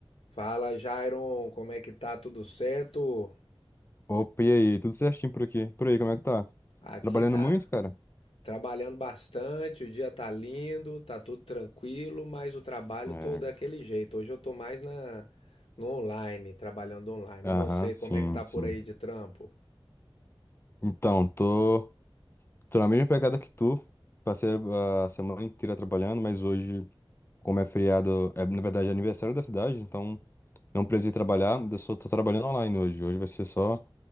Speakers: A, on the left (about 80°); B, on the left (about 25°).
A: Fala, Jairon, como é que tá? Tudo certo?
B: Opa, e aí? Tudo certinho por aqui? Por aí, como é que tá?
A: Aqui
B: Trabalhando
A: tá
B: muito, cara?
A: trabalhando bastante, o dia tá lindo, tá tudo tranquilo, mas o trabalho
B: É.
A: tô daquele jeito. Hoje eu tô mais na no online, trabalhando online.
B: Aham,
A: E você, como
B: sim,
A: é que tá
B: sim.
A: por aí de trampo?
B: Então, tô, tô na mesma pegada que tu. Passei a semana inteira trabalhando, mas hoje, como é feriado, é, na verdade é aniversário da cidade, então não precisei trabalhar, eu só tô trabalhando online hoje. Hoje vai ser só